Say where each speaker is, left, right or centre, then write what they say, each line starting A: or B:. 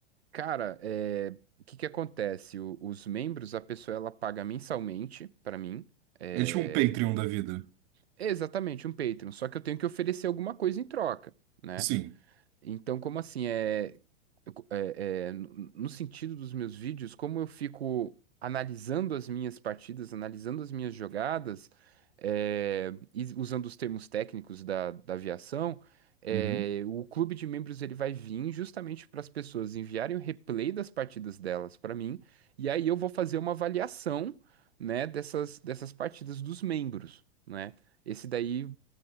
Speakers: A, on the right (about 85°); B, on the right (about 40°).
A: Cara, é, o que que acontece? O- os membros, a pessoa ela paga mensalmente pra mim. É,
B: É tipo um Patreon da vida.
A: é exatamente um Patreon, só que eu tenho que oferecer alguma coisa em troca, né?
B: Sim.
A: Então, como assim? É, eu co- é- é, no no sentido dos meus vídeos, como eu fico analisando as minhas partidas, analisando as minhas jogadas, é, e usando os termos técnicos da, da aviação, é,
B: Uhum.
A: o clube de membros ele vai vir justamente para as pessoas enviarem o replay das partidas delas para mim, e aí eu vou fazer uma avaliação, né, dessas, dessas partidas dos membros, né? Esse daí